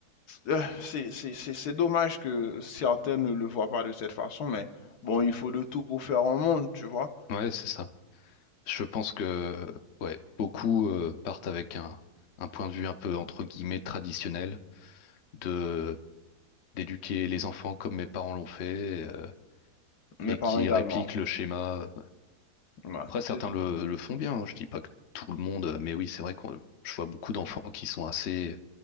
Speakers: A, on the left (about 75°); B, on the left (about 55°).
A: euh, c'est, c'est, c'est, c'est dommage que certains ne le voient pas de cette façon, mais bon, il faut de tout pour faire un monde, tu vois.
B: Ouais, c'est ça. Je pense que ouais, beaucoup euh, partent avec un, un point de vue un peu entre guillemets traditionnel de d'éduquer les enfants comme mes parents l'ont fait euh,
A: Mes
B: et
A: parents
B: qui
A: également.
B: répliquent le schéma.
A: Ouais,
B: Après, certains
A: c'est ça.
B: le, le font bien, hein, je dis pas que tout le monde, mais oui, c'est vrai que je vois beaucoup d'enfants qui sont assez